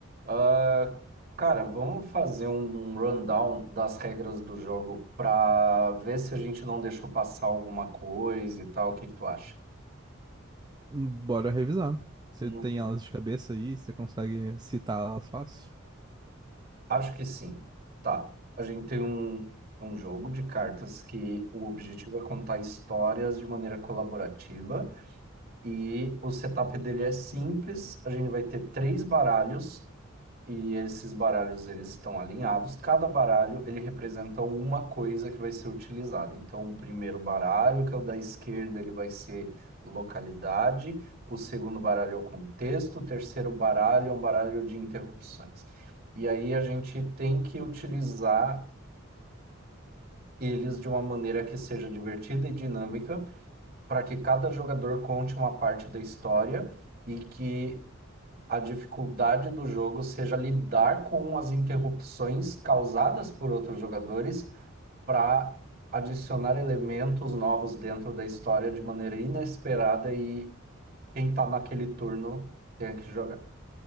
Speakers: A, on the right (about 50°); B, on the right (about 20°).
A: Ah, cara, vamos fazer um um rundown das regras do jogo para ver se a gente não deixou passar alguma coisa e tal. O que que tu acha?
B: Bora revisar. Você
A: Hum,
B: tem elas de cabeça aí, você consegue citar elas fácil?
A: Acho que sim. Tá. A gente tem um, um jogo de cartas que o objetivo é contar histórias de maneira colaborativa e o setup dele é simples. A gente vai ter três baralhos. E esses baralhos eles estão alinhados. Cada baralho ele representa uma coisa que vai ser utilizada. Então, o primeiro baralho, que é o da esquerda, ele vai ser localidade. O segundo baralho é o contexto. O terceiro baralho é um baralho de interrupções. E aí a gente tem que utilizar eles de uma maneira que seja divertida e dinâmica, para que cada jogador conte uma parte da história e que a dificuldade do jogo seja lidar com as interrupções causadas por outros jogadores para adicionar elementos novos dentro da história de maneira inesperada e quem está naquele turno tem que jogar.